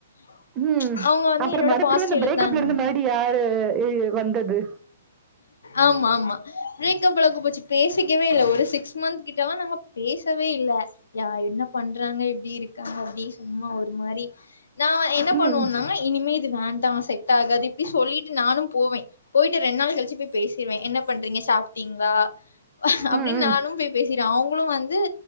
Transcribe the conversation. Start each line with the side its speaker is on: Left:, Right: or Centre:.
Left: ஆ
Right: ம்
Left: அவுங்க வந்து
Right: அப்புறம்
Left: என்னோட
Right: மறுபடியும்
Left: பாஸ்ட்ட
Right: அந்த
Left: இலுத்தாங்கங்க
Right: பிரேக்கப்ல இருந்து மறுபடியும் யாரு இ- வந்தது
Left: ஆமா ஆமா பிரேக்கப் அளவுக்கு போச்சி பேசிக்கவே இல்ல ஒரு சிக்ஸ் மந்த் கிட்டலா நாங்க பேசவே இல்ல யா என்ன பண்றாங்க எப்டி இருக்காங்க அப்டி சும்மா ஒரு மாரி நா என்ன
Right: ம்
Left: பண்ணுவோனா இனிமே இது வேண்டா செட் ஆகாது இப்டி சொல்லிட்டு நானு போவே போயிட்டு ரெண்டு நாள் கழிச்சி போய் பேசிருவே என்ன பண்றீங்க சாப் ட்டிங்களா அப்டின்னு
Right: ம் ம் ம்
Left: நானும் போய் பேசிருவே அவுங்களு வந் து